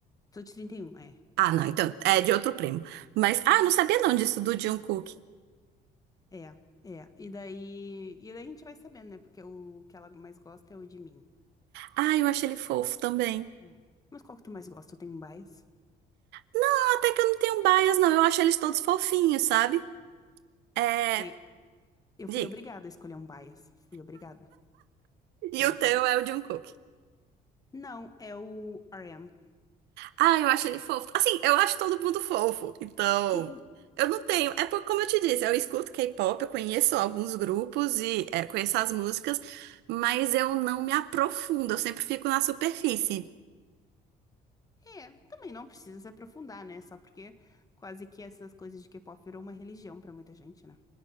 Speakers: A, on the left (about 20°); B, on the right (about 80°).
A: Sou de 31, é,
B: Ah, não, então é de outro primo. Mas, ah, não sabia não disso do Jungkook.
A: é, é, e daí, e daí a gente vai sabendo, né, porque o que ela mais gosta é o de mim.
B: Ah, eu acho ele fofo também.
A: É. Mas qual que tu mais gosta? Tu tem um bias?
B: Não, até que eu não tenho bias, não. Eu acho eles todos fofinhos, sabe? É,
A: Aí, eu
B: diga.
A: fui obrigada a escolher um bias. Fui obrigada.
B: E
A: Sim,
B: o
A: sim.
B: teu é o Jungkook.
A: Não, é o RM.
B: Ah, eu acho ele fofo. Assim, eu acho todo mundo fofo. Então,
A: <laughs>
B: eu não tenho. É porque, como eu te disse, eu escuto K-pop, eu conheço alguns grupos e é, conheço as músicas, mas eu não me aprofundo, eu sempre fico na superfície.
A: É, também não precisa se aprofundar, né? Só porque quase que essas coisas de K-pop virou uma religião pra muita gente, né?